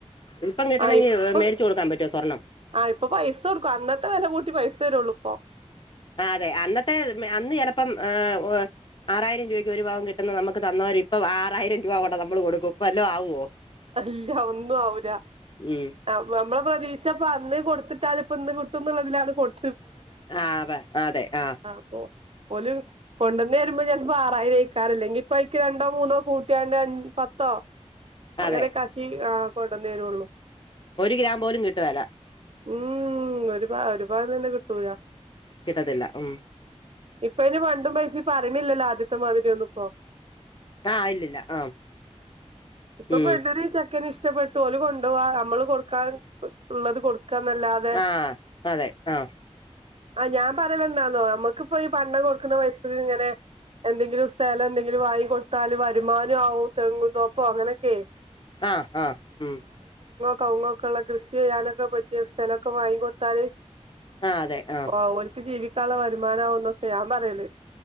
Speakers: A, on the left (about 45°); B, on the right (about 55°).
A: ഇപ്പം കിട്ടണമെങ്കിൽ
B: ആ ഇപ്പൊ
A: മേടിച്ചു കൊടുക്കാൻ പറ്റുവോ സ്വർണ്ണം
B: ആഹ് ഇപ്പൊ പൈസ കൊടുക്കും അന്നത്തെ വെല കൂട്ടി പൈസ തരുള്ളൂ <unintelligible>
A: ആ അതെ അന്നത്തെ അന്ന് ചെലപ്പം ഏ ഉഹ് ആറായിരം രൂവയ്ക്ക് ഒരു പവൻ കിട്ടുന്ന നമുക്ക് തന്നവര് ഇപ്പം ആറായിരം രൂവ കൊണ്ട് നമ്മള് കൊടുക്കും വല്ലോ ആവോ?
B: അല്ല ഒന്നും ആവൂല
A: ഉം
B: <unintelligible> ഇമ്മടെ പ്രതീക്ഷ ഇപ്പ അന്ന് കൊടുത്തിട്ടാലും ഇപ്പ ഇന്ന് കിട്ടുന്നിള്ളതിലാണ് കൊടു
A: ആ അതെ അതെ ആഹ്
B: അപ്പൊ ഓല് കൊണ്ടൊന്ന് തരുമ്പോ ചെലപ്പം ആറായിരം ഐക്കാരം അല്ലെങ്കി ഇപ്പൊ അയ്ക്ക് രണ്ടോ മൂന്നോ കൂട്ടിയാണ്ട് അഞ് പത്തോ അങ്ങനെയൊക്കെ
A: അതെ
B: ആക്കി ആഹ് കൊണ്ടന്നരോള്ളൂ
A: ഒരു ഗ്രാം പോലും കിട്ടുവേല
B: ഉം ഒരുപാ ഒരു പവൻ തന്നെ കിട്ടൂല
A: കിട്ടത്തില്ല ഉം
B: ഇപ്പോ അയിന് പണ്ടോം പൈസയും പറയണില്ലല്ലോ ആദ്യത്തെ മാതിരി ഒന്നും ഇപ്പോ
A: ആഹ് ഇല്ലില്ല ആഹ്
B: ഇപ്പോ
A: ഉം
B: പെണ്ണിനും ചെക് ഇഷ്ടപ്പെട്ടു ഓല് കൊണ്ടോവാ നമ്മള് കൊടു ക്കാ ഇള്ളത് കൊടുക്കാന്നല്ലാതെ
A: ആഹ് അതെ ആഹ്
B: ആ ഞാൻ പറയല് എന്താന്നോ നമ്മുക്കിപ്പൊ ഈ പണ്ടം കൊടുക്കണ പൈസേൽ ഇങ്ങനെ എന്തെങ്കിലും സ്ഥലം എന്തെങ്കിലും വാങ്ങി കൊടുത്താല് വരുമാനം ആവും തെങ്ങും തോപ്പോ അങ്ങനെ ഒക്കേയ്
A: ആ ആ ഉം
B: കവുങ്ങൊക്കെ ഇള്ള കൃഷി ചെയ്യാനൊക്കെ പറ്റിയ സ്ഥലൊക്കെ വാങ്ങി കൊടുത്താല്
A: ആഹ് അതെ ആഹ്
B: ഓര്ക്ക് ജീവിക് ക്കുള്ള വരുമാനം ആവുന്നൊക്കെയാ ഞാൻ പറയല്